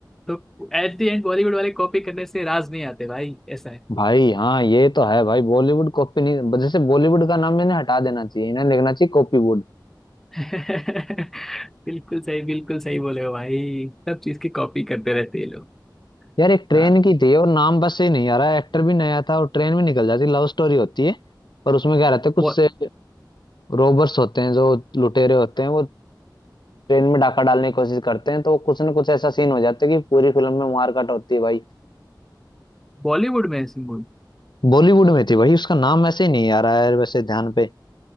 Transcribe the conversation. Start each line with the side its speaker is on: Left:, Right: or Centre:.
Centre: तो एट द एंड बॉलीवुड वाले कॉपी करने से राज नहीं आते भाई ऐसा है
Left: भाई हाँ ये तो है भाई बॉलीवुड कॉपी नहीं जैसे बॉलीवुड का नाम इन्हें हटा देना चाहिए इन्हें लिखना चाहिए कॉपीवुड
Centre: <laughs> बिल्कुल सही बिल्कुल सही बोले हो भाई सब चीज की कॉपी करते रहते हैं ये लोग
Left: यार एक ट्रेन
Centre: हाँ
Left: की थी और नाम बस से नहीं आ रहा एक्टर भी नया था और ट्रेन भी निकल जाती लव स्टोरी होती है पर उसमें क्या रहता है कुछ
Centre: बॉ-
Left: से रोबर्स होते हैं जो लुटेरे होते हैं वो ट्रेन में डाका डालने की कोशिश करते हैं तो कुछ ना कुछ ऐसा सीन हो जाता है कि पूरी फिल्म में मारकाट होती है भाई
Centre: बॉलीवुड में ऐसी
Left: बॉलीवुड में थी भाई उसका नाम ऐसे ही नहीं आ रहा है वैसे ध्यान पे